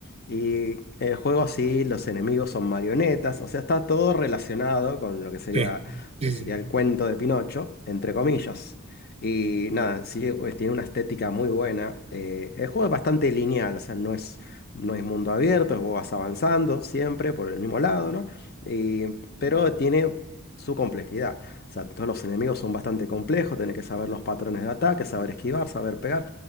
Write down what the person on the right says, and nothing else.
Sí.
Sí,
sí.